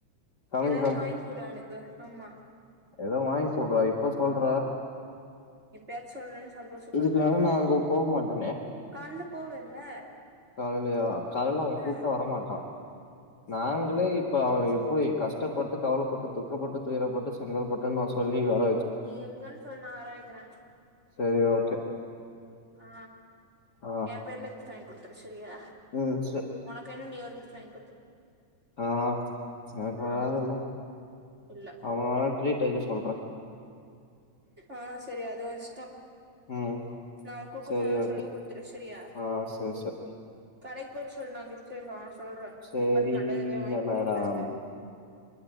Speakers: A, on the left; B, on the right.
A: கமிங்
B: எதாது வாங்கி குடு அவனுக்கு ஆமா
A: எதோ வாங்கி குட்றா இப்ப சொல்ற
B: எப்பயாச்சு சொல்றேன்னு சந்தோஷப்பட்றா
A: இதுக்குமேல நா அங்க போ மாட்டனே
B: கால்ல போவல்ல
A: காலையிலயா கால்ல அவ
B: ம்
A: கூப்ட்டா வரமாட்டா நாங்களே இப்ப அவன எப்டி கஷ்டப்பட்டு கவலப்பட்டு துக்கப்பட்டு துயரப்பட்டு <unintelligible> நா சொல்லி வேர
B: நீ எங்கன் சொல் நான் வரவைக்கறேன்
A: சேரி ஓகே
B: ஆ
A: ஆ
B: என் பேர்ல கிஃப்ட் வாங்கி குடுத்துரு செரியா
A: ம் ஜ
B: ஒனக்க என்ன நீ ஒரு கிஃப்ட் வாங்
A: ஆ எனக்குலா
B: ஆ
A: இல்ல
B: இல்ல
A: அவா ப்ரே டைம்ல சொல்ற
B: ஆ செரி அது ஒஸ்டோ
A: ம்
B: நா குடுக்க
A: சரி
B: சொன்னன்னனு
A: ஓகே
B: சொல்லி குடுத்துரு சரியா
A: ஆ சரி சரி
B: கடைக்கி போயிட்டு சொல்லு நா கிஃப்ட் நா சொல்ற
A: சரிங்க
B: நீ பாட்டுக்கு கண்டத எத வாங்கி
A: மேடம்
B: குடுத்துறாத